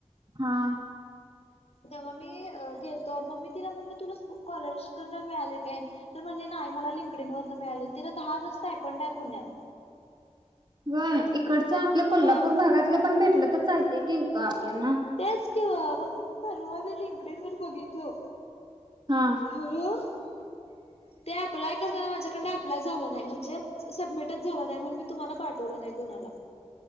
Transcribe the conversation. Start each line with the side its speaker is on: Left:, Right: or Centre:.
Right: हा.
Left: तेव्हा मी गेलतो मग मी तिला म्हणल तुला कॉलेज कड मिळालेत. तर म्हणल नाय मला लिंकडीं वरण मिळाले तिला दहा हजार <unintelligible> पुण्यात
Right: व्हय, खर्च आपल्या कोल्हापूर
Left: हा
Right: भागातल पण भेटलत तर चालतय घेऊ का आपल्याना
Left: तेच की हो परवा मी लिंकडीन वर बघितलो.
Right: हा
Left: खर ते अप्लाय, माझ्याकडन अप्लाय झाल नाय म्हणजे सबमिटच झाल नाय म्हणुन मी तुम्हाला पाठवल नाय कुणाला.